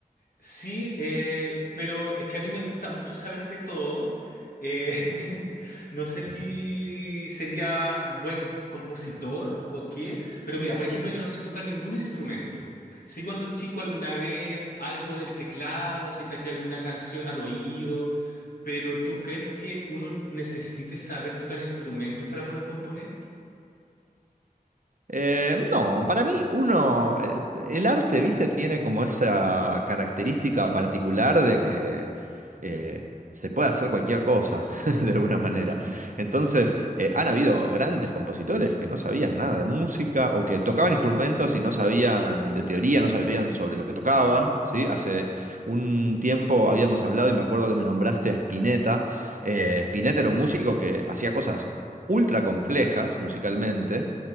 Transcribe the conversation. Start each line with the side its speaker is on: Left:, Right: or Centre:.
Left: Sí, eh, pero es que a mí me gusta mucho saber de todo. Eh, <laughs> no sé si
Right: ujú,
Left: sería buen compositor o qué, pero mira, por ejemplo, yo no sé tocar ningún instrumento. Sí, cuando chico alguna vez algo del teclado, así saqué alguna canción al oído, pero ¿tú crees que uno necesite saber tocar instrumentos para poder componer?
Right: Eh, no, para mí uno, eh, el arte, viste, tiene como esa característica particular de que eh, se puede hacer cualquier cosa, <laughs> de alguna manera.
Left: Mm,
Right: Entonces, eh, han habido grandes compositores que no sabían nada de música o que tocaban
Left: mm,
Right: instrumentos y no sabían de teoría, no sabían sobre lo que tocaban, ¿sí? Hace un tiempo habíamos hablado y me acuerdo que me nombraste a Spinetta. Eh,
Left: eh,
Right: Spinetta era un músico que hacía cosas ultra complejas musicalmente